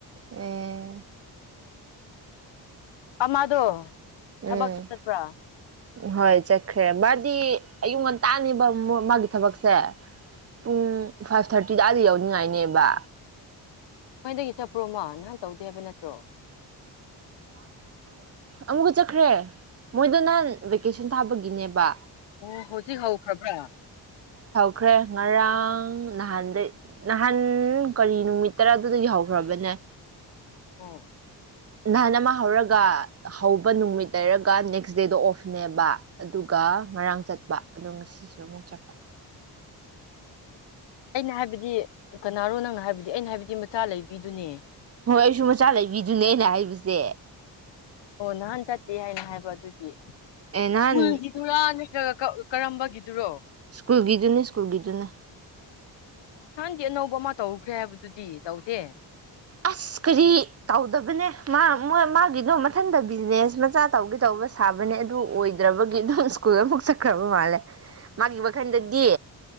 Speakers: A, on the right; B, on the left.
A: ꯑꯦ
B: ꯑꯃꯥꯗꯣ
A: ꯎꯝ
B: ꯊꯕꯛ ꯆ ꯆꯠꯄ꯭ꯔꯥ
A: ꯍꯣꯏ ꯆꯠꯈ꯭ꯔꯦ ꯃꯥꯗꯤ ꯑꯌꯨꯛ ꯉꯟꯇꯥꯅꯦꯕ ꯃꯥꯒꯤ ꯊꯕꯛꯁꯦ ꯄꯨꯡ ꯐꯥꯏꯚ ꯊꯥꯔꯇꯤꯗꯗ ꯌꯥꯎꯅꯤꯡꯉꯥꯏꯅꯦꯕ
B: ꯅꯅꯗꯒꯤ ꯆꯠꯄ꯭ꯔꯣꯃꯣ ꯅꯍꯥꯟ ꯇꯧꯗꯦ ꯍꯥꯏꯕ ꯅꯠꯇ꯭ꯔꯣ
A: ꯑꯃꯨꯛꯀ ꯆꯠꯈ꯭ꯔꯦ ꯃꯣꯏꯗ ꯅꯍꯥꯟ ꯚꯦꯀꯦꯁꯟ ꯊꯥꯕꯒꯤꯅꯦꯕ
B: ꯑꯣ ꯍꯧꯖꯤꯛ ꯍꯧꯈ꯭ꯔꯕ꯭ꯔꯥ
A: ꯈ꯭ꯔꯦ ꯉꯔꯥꯡ ꯅꯍꯥꯟꯗꯩ ꯅꯍꯥꯟ ꯀꯔꯤ ꯅꯨꯃꯤꯠ ꯇꯔꯥꯗꯨꯗꯒꯤ ꯍꯧꯈ꯭ꯔꯕꯅꯦ
B: ꯑꯣ
A: ꯅꯍꯥꯟ ꯑꯃ ꯍꯧꯔꯒ ꯍꯧꯕ ꯅꯨꯃꯤꯠ ꯂꯩꯔꯒ ꯅꯦꯛꯁ ꯗꯦꯗ ꯑꯣꯐꯅꯦꯕ ꯑꯗꯨꯒ ꯉꯔꯥꯡ ꯆꯠꯄ ꯑꯗꯣ ꯉꯁꯤꯁꯨ ꯑꯃꯨꯛ ꯆꯠꯄ
B: ꯑꯩꯅ ꯍꯥꯏꯕꯗꯤ ꯀꯅꯥꯅꯣ ꯅꯪꯅ ꯍꯥꯏꯕꯗꯤ ꯑꯩꯅ ꯍꯥꯏꯕꯗꯤ ꯃꯆꯥ ꯂꯩꯕꯤꯗꯨꯅꯦ
A: ꯍꯣꯏ ꯑꯩꯁꯨ ꯃꯆꯥ ꯂꯩꯕꯤꯗꯨꯅꯦ ꯑꯩꯅ ꯍꯥꯏꯕꯁꯦ
B: ꯑꯣ ꯅꯍꯥꯟ ꯆꯠꯇꯦ ꯍꯥꯏꯅ ꯍꯥꯏꯕ ꯑꯗꯨꯒꯤ
A: ꯑꯦ ꯅꯍꯥꯟ
B: ꯁ꯭ꯀꯨꯜꯒꯤꯗꯨꯔꯥ ꯅꯠꯇ꯭ꯔꯒ ꯀꯛ- ꯀꯔꯝꯕꯒꯤꯗꯨꯔꯣ
A: ꯁ꯭ꯀꯨꯜꯒꯤꯗꯨꯅꯦ ꯁ꯭ꯀꯨꯜꯒꯤꯗꯨꯅ
B: ꯆꯦ ꯑꯅꯧꯕ ꯑꯃ ꯇꯧꯈ꯭ꯔꯦ ꯍꯥꯏꯕꯗꯨꯗꯤ ꯇꯧꯗꯦ
A: ꯑꯁ ꯀꯔꯤ ꯇꯧꯗꯕꯅꯦ ꯃꯥ ꯃꯣꯏ ꯃꯥꯒꯤꯗꯣ ꯃꯊꯟꯇ ꯕꯤꯖꯤꯅꯦꯁ ꯃꯆꯥ ꯇꯧꯒꯦ ꯇꯧꯕ ꯁꯥꯕꯅꯦ ꯑꯗꯨ ꯑꯣꯏꯗ꯭ꯔꯕꯒꯤ ꯑꯗꯨꯝ ꯁ꯭ꯀꯨꯜ ꯑꯃꯨꯛ ꯆꯠꯈ꯭ꯔꯕ ꯃꯥꯜꯂꯦ ꯃꯥꯒꯤ ꯋꯥꯈꯟꯗꯗꯤ